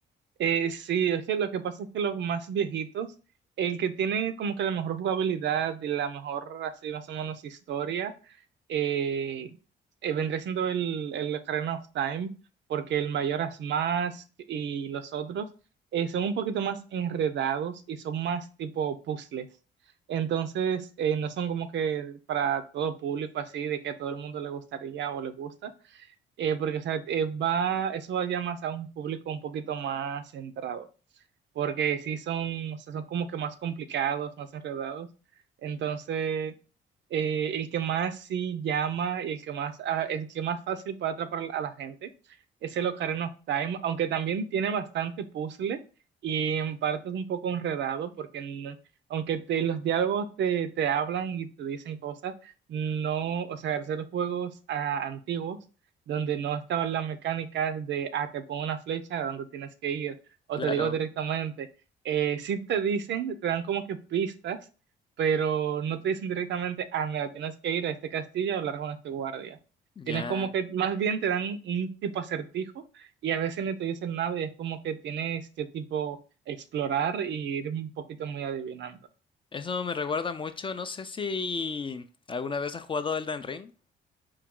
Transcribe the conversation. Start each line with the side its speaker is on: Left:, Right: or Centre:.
Right: eh, sí, es que lo que pasa es que los más viejitos, el que tiene como que la mejor jugabilidad y la mejor, así más o menos, historia, eh, eh, vendría siendo el, el Ocarina of Time, porque el Mayoras más y los otros eh, son un poquito más enredados y son más tipo puzzles. Entonces, eh, no son como que para todo público así, de que a todo el mundo le gustaría o le gusta, eh, porque o sea, eh, va, eso va ya más a un público un poquito más centrado porque sí son, o sea, son como que más complicados, más enredados. Entonces, eh, el que más sí llama y el que más, ah, el que más fácil puede atrapar a la gente es el Ocarina of Time, aunque también tiene bastante puzzle y en parte es un poco enredado porque no- aunque te- los diálogos te, te hablan y te dicen cosas, no, o sea, hacer juegos ah, antiguos donde no estaban las mecánicas de, ah, te pongo una flecha a dónde tienes que ir o
Left: Claro,
Right: te digo directamente, eh, sí te dicen, te dan como que pistas, pero no te dicen directamente, ah, mira, tienes que ir a este castillo a hablar con este guardia.
Left: ya.
Right: Tienes como que, más bien te dan un tipo acertijo y a veces ni te dicen nada y es como que tienes que tipo explorar y ir un poquito muy adivinando.
Left: Eso me recuerda mucho, no sé si alguna vez has jugado Elden Ring.